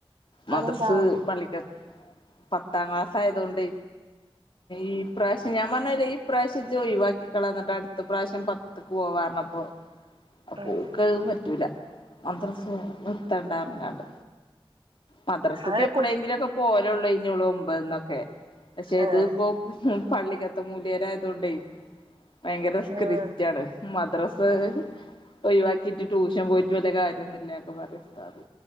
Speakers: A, on the left; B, on the right.
A: മദ്രസ്
B: അതെന്താ
A: പള്ളിക്കെത് പത്താം ക്ലാസ് പ്പായതോണ്ടെ ഈ പ്രാശ്യം ഞാ പറ്ന്നില്ലേ ഈ പ്രാവശ്യം ഇജോയിവാക്കിക്കളന്നട്ട അട്ത്ത പ്രാവശ്യം പത്ത്ക്ക് പോവാറ്ഞ്ഞപ്പോ അപോക്കഹ്
B: ആഹ്
A: പറ്റൂല മദ്രസ് നിർത്തണ്ടാറ് ന്ന്ക്കാണ്ട്‌ മദ്രസ്ക്ക്
B: അത്
A: എപ്പളെങ്കിലൊക്കെ
B: കു
A: പോഹലൊളൈനൊള്ളും ബെന്നൊക്കെ പക്ഷെ ഇത്
B: ഏഹ്
A: പോം പള്ളിക്കാത്ത് <unintelligible> ത്തൊണ്ടേ ഭയങ്കര <unintelligible>
B: ആഹ്
A: മദ്രസ് ഒഴിവാക്കിട്ട് ട്യൂഷൻ പോയിട്ട് വല്ല കാര്യൊന്നുല്ല ന്നൊക്കെ പറയും ഉസ്താദ്